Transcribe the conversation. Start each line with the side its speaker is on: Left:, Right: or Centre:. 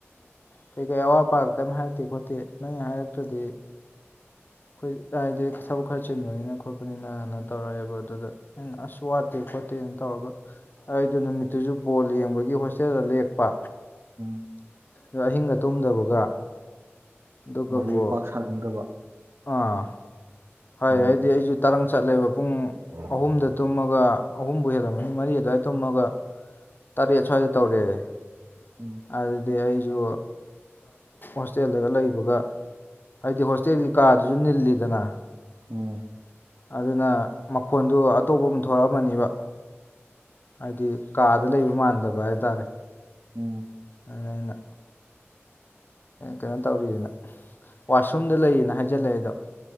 Left: ꯀꯩ ꯀꯩ ꯑꯋꯥꯠ ꯑꯄꯥ ꯀꯔꯤꯝ ꯍꯥꯏꯔꯛꯇꯦ ꯈꯣꯠꯇꯦ ꯅꯣꯏ ꯍꯥꯏꯔꯛꯇ꯭ꯔꯗꯤ ꯑꯩꯈꯣꯏ ꯍꯥꯏꯗꯤ ꯊꯕꯛ ꯈꯔ ꯆꯤꯟꯕꯅꯤꯅ ꯈꯣ ꯄꯅꯤꯅꯅ ꯇꯧꯔꯛꯑꯦꯕ ꯑꯗꯨꯗ ꯑꯩꯅ ꯑꯁ ꯋꯥꯠꯇꯦ ꯈꯣꯠꯇꯦꯅ ꯇꯧꯔꯒ ꯑꯩꯗꯣ ꯅꯨꯃꯤꯠꯇꯨꯁꯨ ꯕꯣꯜ ꯌꯦꯡꯕꯒꯤ ꯍꯣꯁꯇꯦꯜꯗ ꯂꯦꯛꯄ
Right: ꯎꯝ
Left: ꯑ ꯑꯍꯤꯡꯒ ꯇꯨꯝꯗꯕꯒ ꯑꯗꯨꯒꯕꯨ
Right: ꯋꯥꯔꯤꯗꯣ ꯄꯥꯛ ꯁꯥꯅꯤꯡꯗꯕ
Left: ꯑꯥ ꯍꯥꯏ
Right: ꯎꯝ
Left: ꯍꯥꯏꯗꯤ ꯑꯩꯁꯨ ꯇꯔꯪ ꯆꯠꯂꯦꯕ ꯄꯨꯡ
Right: ꯎꯝ
Left: ꯑꯍꯨꯝꯗ ꯇꯨꯝꯃꯒ ꯑꯍꯨꯝꯕꯨ ꯍꯦꯜꯂꯝꯃꯅꯤ ꯃꯔꯤ ꯑꯗꯨꯋꯥꯏ ꯇꯨꯝꯃꯒ ꯇꯔꯦꯠ ꯁ꯭ꯋꯥꯏꯗ ꯇꯧꯔꯛꯦ
Right: ꯎꯝ
Left: ꯑꯗꯨꯗꯤ ꯑꯩꯁꯨ ꯍꯣꯁꯇꯦꯜꯗꯒ ꯂꯩꯕꯒ ꯍꯥꯏꯗꯤ ꯍꯣꯁꯇꯦꯜꯒꯤ ꯀꯥꯗꯨꯁꯨ ꯅꯤꯜꯂꯤꯗꯅ
Right: ꯑꯣꯝ
Left: ꯑꯗꯨꯅ ꯃꯈꯣꯟꯗꯨ ꯑꯇꯣꯞꯄ ꯑꯃ ꯊꯣꯛꯣꯔꯛꯑꯃꯅꯦꯕ ꯍꯥꯏꯗꯤ ꯀꯥꯗ ꯂꯩꯕ ꯃꯥꯟꯗꯕ ꯍꯥꯏꯇꯥꯔꯦ
Right: ꯎꯝ
Left: ꯑꯅ ꯀꯩꯅꯣ ꯇꯧꯔꯤꯑꯅ ꯋꯥꯁꯔꯨꯝꯗ ꯂꯩꯌꯦꯅ ꯍꯥꯏꯖꯜꯂꯛꯑꯦ ꯑꯗꯣ